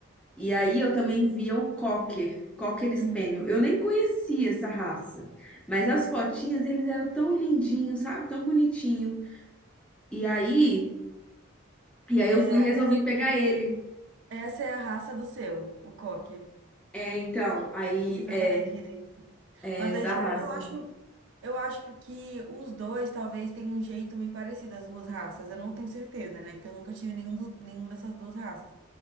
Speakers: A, in the centre; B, on the right (about 65°).
A: E aí eu também via o Cocker, Cocker
B: Uhum.
A: Spaniel. Eu nem conhecia essa raça, mas as fotinhas, eles eram tão lindinhos, sabe, tão bonitinho. E aí, e aí
B: É,
A: eu fui, e resolvi pegar ele.
B: essa é a raça do seu, o Cocker.
A: É, então, aí
B: Não sei se
A: é,
B: eu falei direito.
A: é
B: Mas
A: essa
B: aí, tipo,
A: raça.
B: eu acho, eu acho que os dois talvez tenham um jeito meio parecido, as duas raças. Eu não tenho certeza, né? Porque eu nunca tive nenhum, do- nenhuma dessas duas raças.